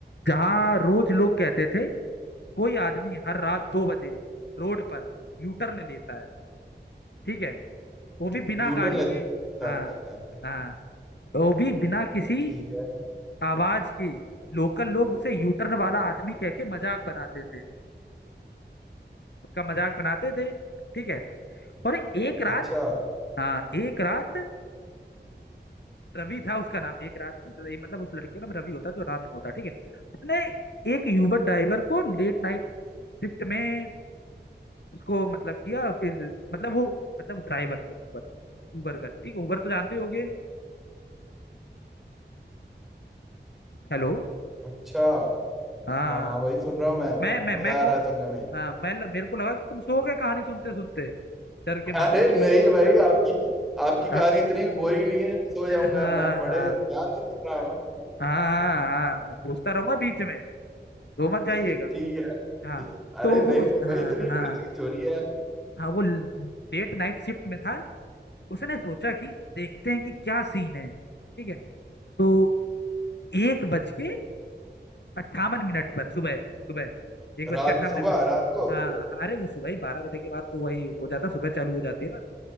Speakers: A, on the left (about 70°); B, in the centre.
A: जहाँ रोज लोग कहते थे कोई आदमी हर रात दो बजे रोड पर यू टर्न लेता है ठीक है वो भी बिना
B: है यू
A: गाड़ी
B: टर्न लेता
A: के हाँ
B: है
A: हाँ वो भी बिना किसी
B: ठीक है
A: आवाज की लोकल लोग उसे यू टर्न वाला आदमी कह के मजाक बनाते थे उसका मजाक बनाते थे ठीक है और एक रात
B: अच्छा
A: हाँ एक रात रवि था उसका नाम एक रात में रवि- मतलब उस लड़के का नाम रवि होता है, जो रात में होता है, ठीक है उसने एक यूबर ड्राइवर को लेट नाइट शिफ्ट में उसको मतलब किया फिर मतलब वो मतलब ड्राइवर था ऊबर ऊबर का ठीक है ऊबर तो जानते ही होगे हेलो
B: अच्छा
A: हाँ
B: हाँ हाँ भाई सुन रहा हूँ मैं
A: मैं
B: बड़ा
A: मैं मैं
B: मजा
A: कहूँ
B: आ रहा है सुनने में
A: हाँ मैं मेरे को लगा कि तुम सो गए कहानी सुनते सुनते डर के
B: <laughs>
A: मारे
B: अरे नहीं भाई आपकी आपकी कहानी
A: हाँ
B: इतनी भी बोरिंग नहीं है जब मैं सो जाऊंगा
A: हाँ हाँ
B: मैं बड़े
A: हाँ
B: ध्यान से सुन रहा हूँ
A: हाँ हाँ, हाँ, मैं पूछता रहूंगा बीच में वो मत जाइएगा
B: <laughs> ठीक है
A: हाँ
B: अरे
A: तो
B: नहीं
A: वो उस
B: नहीं
A: हाँ
B: भाई इतनी इंटरेस्टिंग
A: हाँ
B: स्टोरी है
A: हाँ वो लेट नाइट शिफ्ट में था उसने सोचा कि देखते हैं कि क्या सीन है ठीक है तो एक बज के अट्ठावन मिनट पर सुबह सुबह एक बज
B: रात
A: के अट्ठावन
B: सुबह
A: मिनट
B: रात को
A: हाँ अरे वो सुबह ही बारह बजे के बाद तो वही हो जाता सुबह चालू हो जाती है ना